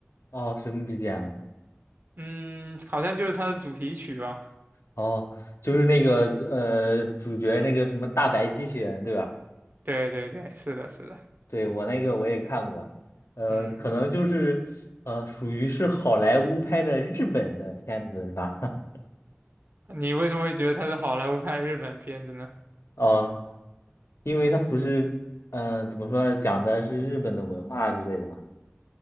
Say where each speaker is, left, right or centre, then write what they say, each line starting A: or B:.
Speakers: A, on the left; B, on the right.
A: 哦什么 BGM 啊
B: 嗯，好像就是它的主题曲吧。
A: 哦，就是那个呃主角那个什么大白机器人对吧？
B: 对对对，是的，是的。
A: 对，我那个我也看过，呃，
B: 嗯，
A: 可能就是呃，属于是好莱坞拍的日本的片子是吧？<laughs>
B: 你为什么会觉得它是好莱坞拍日本片子呢？
A: 哦，因为它不是，嗯、呃怎么说呢，讲的是日本的文化之类的嘛。